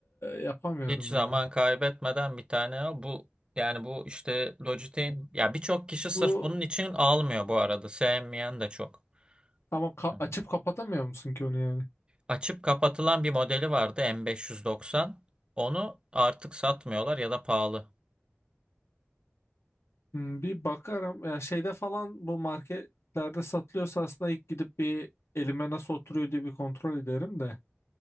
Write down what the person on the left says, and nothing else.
yapamıyorum
yani
bu
ama ka-
açıp kapatamıyor musun ki onu yani
Hmm, bir bakarım ya şeyde falan bu marketlerde satılıyorsa aslında ilk gidip bir elime nasıl oturuyor diye bir kontrol ederim de